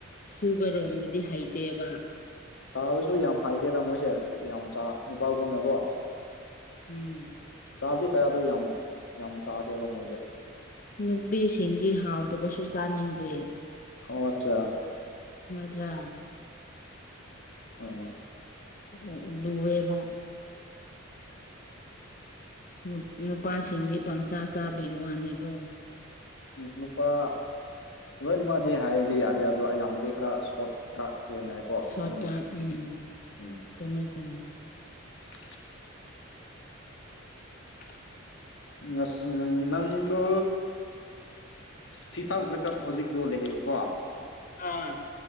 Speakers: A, on the left; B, on the left.
A: ꯁꯨꯕ ꯔꯣꯝꯗꯗꯤ ꯍꯩꯇꯦꯕ
B: ꯆꯥꯕꯁꯨ ꯌꯥꯝ ꯍꯩꯇꯦꯗ ꯃꯣꯏꯁꯦ ꯌꯥꯝ ꯆꯥ ꯅꯨꯄꯥꯒꯨꯝꯅꯀꯣ
A: ꯎꯝ
B: ꯆꯥꯕꯗꯤ ꯆꯥꯏ ꯑꯗꯣ ꯌꯥꯝ ꯌꯥꯝ ꯆꯥꯗꯦꯕ ꯃꯣꯏꯗꯤ
A: ꯅꯨꯄꯤꯁꯤꯡꯗꯤ ꯍꯥꯎꯇꯕꯁꯨ ꯆꯥꯅꯤꯡꯗꯦ
B: ꯑꯣ ꯑꯆꯥ
A: ꯅꯠꯇ꯭ꯔ
B: ꯑꯥ
A: ꯎ ꯂꯨꯌꯦꯕ ꯅꯨ ꯅꯨꯄꯥꯁꯤꯡꯗꯤ ꯄꯪꯆꯥ ꯆꯥꯕꯒꯤ ꯋꯥꯅꯤꯀꯣ
B: ꯅꯨꯄꯥ <unintelligible> ꯂꯣꯏꯅ ꯃꯥꯗꯤ ꯍꯥꯏꯕ ꯌꯥꯗꯦ ꯑꯗꯣ ꯑꯌꯥꯝꯕꯗꯤ ꯈꯔ ꯁꯣꯠ ꯀꯥꯠ ꯀꯣꯏꯅꯩ ꯀꯣ
A: ꯁꯣꯔꯠꯀꯠ
B: ꯑꯗꯨꯝ
A: ꯎꯝ
B: ꯎꯝ
A: ꯆꯨꯝꯃꯦ ꯆꯨꯝꯃꯦ
B: <unintelligible>
A: <unintelligible>
B: ꯉꯁꯤ ꯅꯪꯗꯣ ꯐꯤꯐꯥ ꯋꯥ ꯀꯞ ꯍꯧꯖꯤꯛꯗꯣ ꯂꯩꯌꯦꯕꯀꯣ
A: ꯑꯥ